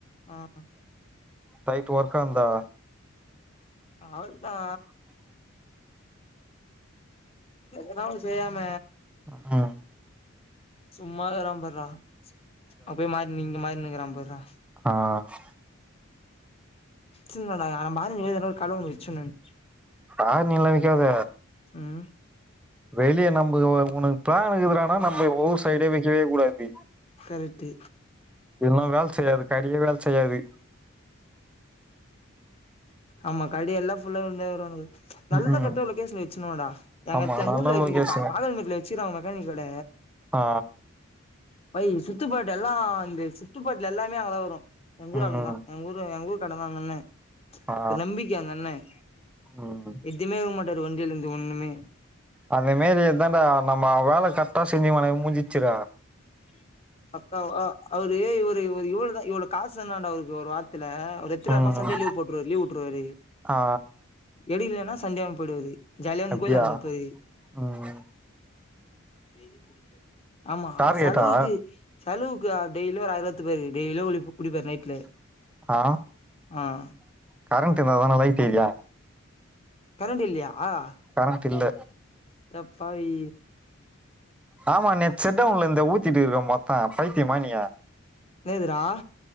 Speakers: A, on the left; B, in the centre.
A: ஆஹ் அ
B: னைட் வர்க்கந்தா
A: ஆதா எல்ல செய்யாம
B: ஆஹ்
A: சும்மாகிறான் பாரா அப்பயே மாரினிங் இங்க மாரினுகிற அம்பதுருவா
B: ஆஹ்
A: சின்டா நன மாதறின கழுவுண்ண வச்சு சொன்னன்
B: ஆனி எல்லாம் வக்காத
A: ம்
B: வெளிய நம்புக்கு ஒ ஒனக்கு பிளானு கீதுறானா நம்ப ஊர் சைடே வைக்கவே கூடாது
A: கரட்டு
B: இன்னும் வேல் செய்யாது கடியே வேல் செய்யாது
A: ஆமா கடி எல்லாம் ஃபுல்லா இவனுங்ளே வருவானுங்க நல்லா
B: ம், ம்.
A: கரெட்டா லொகேஷன்ல வச்சனுடா தா
B: ஆமா
A: அத்து எங்க
B: நல்ல
A: ஊர்ல
B: லொகேஷன்
A: வங்க பா பாகல்மேட்ல வச்சிகிறாங்க மெக்கானிக் கட
B: ஆ
A: பை சுத்துப்பாட்டு எல்லாம் இந்த சுத்துப்பட்டுல எல்லாமே அங்கதான் வரும் எங்க ஊர்
B: ம்
A: ஆளுங்க தான் எங்க ஊரு எங்க ஊர்கார தான் அந்த அண்ணன்
B: ஆ
A: ஒரு நம்பிக்க அந்த அண்ணன்
B: ம்
A: எதுமேக மாட்ட டது வண்டில இருந்து ஒண்ணுமே
B: அந்தமேரி எதான்டா நம்ம வேல கரெட்டா செஞ்சு ஒனக்கு முஞ்சிச்சுற
A: அக்கா அவ அவரு இவரு இவரு இவருதா இவ்ளோ காசு தருனுமாண்ட அவருக்கு ஒரு வாரத்தல அவரு எத்தின
B: ம்
A: வாரமா சண்டே லீவ் போட்டுருவாரு லீவ் உட்டுருவாரு
B: ஆ
A: எடிகலன்னா சண்டேவும் போயிடுவாரு ஜாலியா அவனுங்க
B: அப்படியா
A: கோயிலானு போயி
B: ம்
A: டெய்லியும் குடிப்பு ஆமா
B: டார்கெட்டா
A: அது லோகு செலவுக்கு ஆஹ் டெய்லியும் ஒரு ஆயிரூபா த்துபாரு டெயிலியும் குளி குடிப்பாரு நைட்ல
B: ஆ
A: ஆஹ்
B: கரண்ட் இருந்தா தான லைட் எரியா
A: கரண்ட் இல்லையா ஆஹ்
B: கரண்ட் இல்ல
A: அடப்பாவி
B: ஆமா நேத் செட்டவுன்ல இருந்து ஊத்திட்டு இருக்கு மொத்தம் பைத்தியமா நீயி
A: லேதுரா